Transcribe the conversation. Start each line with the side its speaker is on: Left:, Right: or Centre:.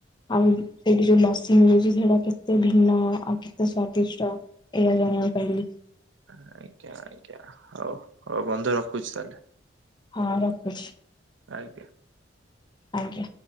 Left: ଆଉ ସେଇଠି ଯୋଉ ଲ ସି ମିଳୁଚି ସେଇଟା କେତେ ଭିନ୍ନ ଆଉ କେତେ ସ୍ଵାଦିଷ୍ଟ ଏଇଆ ଜାଣିବାକୁ ପାଇଲି।
Right: ଆଜ୍ଞା ଆଜ୍ଞା ହଉ ହଉ ବନ୍ଧୁ ରଖୁଛି ତାହେଲେ।
Left: ହଁ ରଖୁଛି।
Right: ଆଜ୍ଞା।
Left: ଆଜ୍ଞା।